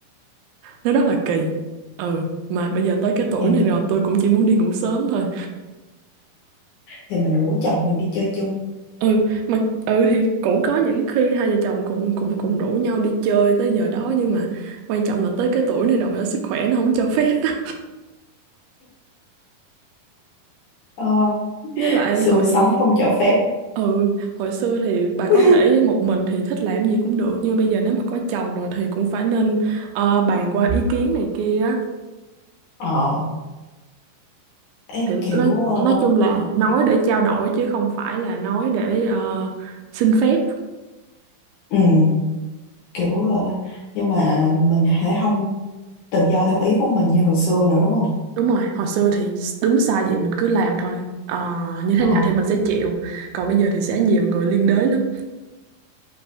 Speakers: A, on the right; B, on the left.
A: nó rất là kỳ ừ mà bây giờ tới cái tuổi
B: thì mình
A: này rồi tôi cũng chỉ muốn đi ngủ sớm thôi
B: thì mình rủ chồng mình đi chơi chung
A: ừ mà ừ thì cũng có những khi hai vợ chồng cùng cùng cùng rủ nhau đi chơi tới giờ đó nhưng mà quan trọng là tới cái tuổi này rồi á, sức khỏe nó không cho phép á.
B: Ờ,
A: với lại
B: xương
A: hồi
B: sống không cho phép
A: Ừ, hồi xưa thì bà có
B: <laughs>
A: thể một mình thì thích làm gì cũng được Nhưng mà bây giờ nếu mà có chồng rồi thì cũng phải nên ờ, bàn qua ý kiến này kia á.
B: ờ ấy
A: Thì
B: kiểu
A: nói,
B: ờ,
A: nói chung là nói để trao đổi chứ không phải là nói để ờ, xin phép
B: ừ, kiểu ờ, nhưng mà mình sẽ không tự do theo ý của mình như hồi xưa nữa đúng không
A: Đúng rồi, hồi xưa thì đúng sai gì mình cứ làm thôi Ờ, Như thế
B: ờ
A: nào thì mình sẽ chịu Còn bây giờ thì sẽ nhiều người liên đới lắm